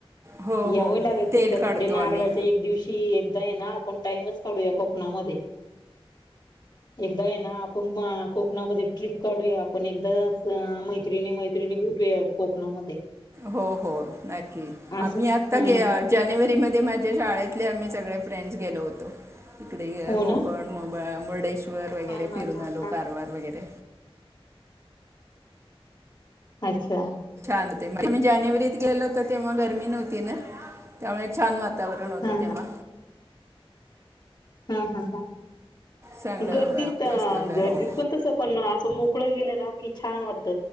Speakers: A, on the right; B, on the left.
A: हो
B: यव
A: हो
B: लागेल
A: तेल
B: तुमच्या
A: काढतो
B: तिकडे नारळाच्या
A: आम्ही
B: एक दिवशी ते एकदा येना आपण टाईमच काडूया कोकणामध्ये एकदा येना आपण -कोकणामध्ये ट्रिप काढूया आपण एकदा अ <unintelligible> मैत्रिणी मैत्रिणी भेटूया कोकणामध्ये
A: हो हो नक्की
B: असं
A: आम्ही आता
B: हा
A: घे-जानेवारी मध्ये माझ्या शाळेतले आम्ही सगळे फ्रेंड्स गेलो होतो इकडे
B: हो
A: गोकण
B: ना
A: मोबा मुर्डेश्वर वर वगैरे
B: हा हा
A: फिरून
B: हा
A: आलो
B: हा
A: कारवार वगैरे
B: अच्छा
A: <inaudible> मी जानेवारीत गेलो होत तेव्हा गर्मी नव्हती ना त्यामुळे छान वा तावरण होतं
B: हा
A: तेव्हा
B: हम्म हम्म हम्
A: चांगलं
B: गर्दीत
A: अ, मस्त ब-
B: गर्दीत
A: हो
B: पण तस पण असं मोकळ गेलं ना की छान वाटत